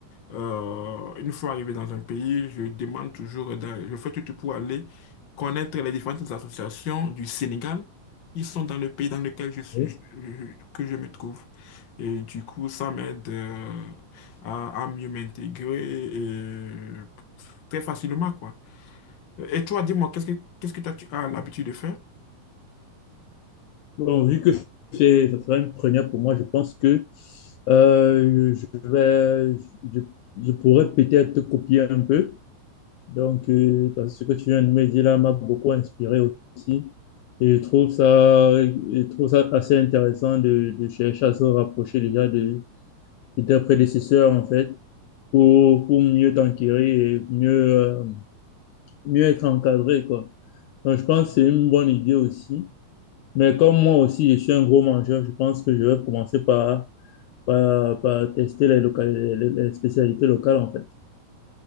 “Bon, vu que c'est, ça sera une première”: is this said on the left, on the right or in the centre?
Left